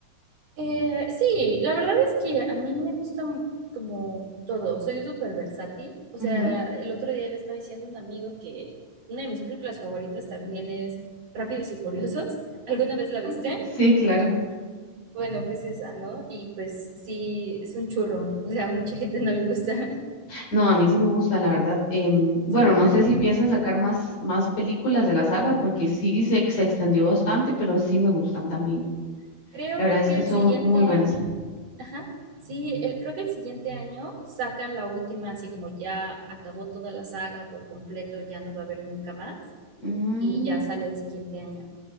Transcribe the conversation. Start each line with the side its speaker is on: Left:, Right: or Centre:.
Right: Eh, sí, la verdad es que a mí me gusta m- como todo, soy súper versátil. O
Left: Ujú.
Right: sea, el otro día le estaba diciendo a un amigo que una de mis películas favoritas también es Rápidos y Furiosos. ¿Alguna vez la viste?
Left: Sí, claro.
Right: Bueno, pues esa, ¿no? Y pues sí, es un churro, o sea, a mucha gente no le gusta. <laughs>
Left: No, a mí sí me gusta, la verdad. Em, bueno,
Right: Sí,
Left: no
Right: ah,
Left: sé si piensan sacar más, más películas de la saga, porque sí se, se extendió bastante, pero sí me gustan también.
Right: creo
Left: La verdad es
Right: que
Left: que
Right: el
Left: son
Right: siguiente
Left: muy buenas.
Right: año, ajá, sí, el, creo que el siguiente año sacan la última, así como ya acabó toda la saga por completo, ya no va a haber nunca más,
Left: Mm,
Right: y ya sale el siguiente año.